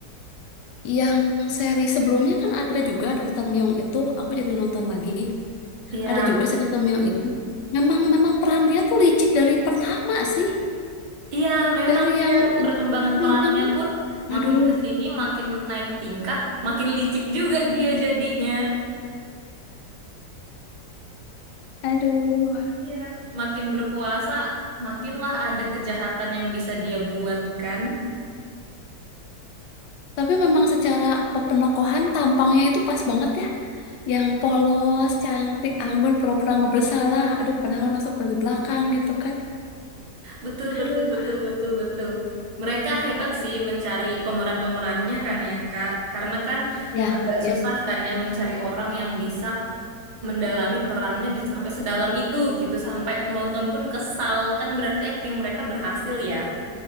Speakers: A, on the left; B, on the right.
A: yang seri sebelumnya kan ada juga Dokter Myung itu, aku jadi nonton lagi.
B: Iya,
A: Ada juga si Dokter Myung itu. Memang memang peran dia tuh licik dari pertama sih,
B: Iya, memang
A: dari
B: dia
A: yang dari
B: perkembangan
A: film
B: perannya
A: yang
B: pun makin
A: Aduh,
B: ke sini makin naik tingkat, makin licik juga dia jadinya.
A: aduh.
B: Iya, makin berkuasa, makinlah ada kejahatan yang bisa dia buat kan.
A: Tapi memang secara penokohan tampangnya itu pas banget ya. Yang polos, cantik, anggun, pura-pura nggak bersalah. Aduh, padahal nusuk dari belakang gitu kan.
B: Betul, betul,
A: Aduh.
B: betul, betul, betul. Mereka hebat sih mencari pemeran-pemerannya kan ya, Kak. Karena kan
A: Ya,
B: agak
A: ya,
B: susah kan ya mencari orang yang bisa mendalami perannya bisa sampai sedalam itu gitu, sampai penonton pun kesal. Kan berarti akting mereka berhasil ya.